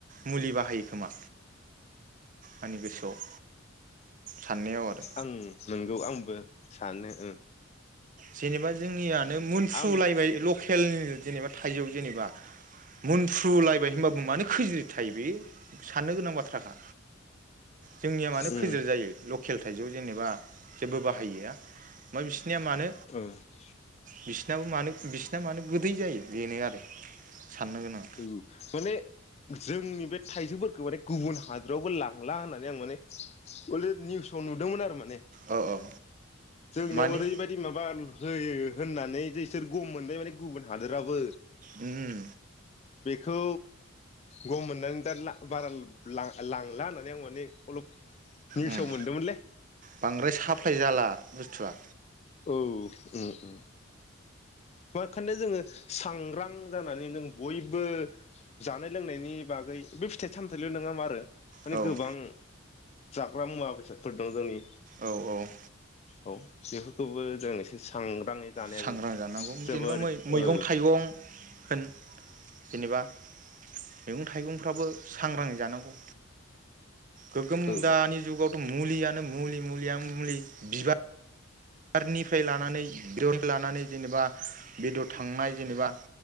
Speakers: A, on the right; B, on the left.
A: मुलि बाहायो खोमा आंनि गोसोआव। साननायाव आरो
B: आं नंगौ आं बो सानो ओ
A: जेनेबा जोंनिया नो मोनफ्रुलायबाय
B: आंबो
A: लकेल जेनेबा थाइजौ जेनेबा मुनफ्रुलायबाय होमबाबो मानो खोज्रिद थायो बे साननो गोनां बाथ्राखा। जोंनिया मानो
B: उम
A: खैज्रिद जायो ल खेल थाइजौ जेनेबा जेबो बाहायिआ <unintelligible> जोंनिया मानो
B: ओ औ
A: बिसिनाबो मानो बिसिना मानो गोदै जायो बेनो आरो साननो गोनाङा।
B: माने जोंनि बे थाइजौफोरखौ माने गुबुन हादरावबो लांला होननानै आं माने अलरे निउसआव नुदोंमोन आरो माने
A: औ औ
B: जोंनियाव
A: मानि
B: ओरैबायदि माबा होयो होननानै जेइसोर गम मोनबाय माने गुबुन हादोराबो
A: उम।
B: बेखौ गम मोननानै दा लां बारा लां-लां-लांला होननानै आं माने अलप निउसाव
A: उम
B: मोनदोंमोनलै
A: बांद्राय साफ्लाय जाला बुस थुवआ।
B: औ उम उम। मा खाननो जोङो सांग्रां जाना नानै नों बयबो जानाय लोंनायनि बागै बे फिथाइ सामथायल' नङा मा आरो माने
A: औ
B: गोबां जाग्रा मुवा बेसादफोर दं जोंनि
A: औ औ।
B: औ जेबो खौबो जों एसे सांग्राङै जानाया
A: सांग्रां
B: जों
A: जानांगौ
B: जोबोर
A: जेनेबा मै-मैगं
B: ओ
A: थाइगं होन जेनेबा मैगं थाइगंफ्राबो सांग्राङै जानांगौ। गोगोम
B: औ
A: दानि जुगावथ' मुलियानो मुलि मुलिया मुलि बिबार बिबारनिफ्राय लानानै बेदरनफ्राय लानानै जेनेबा बेदर थांनाय जेनेबा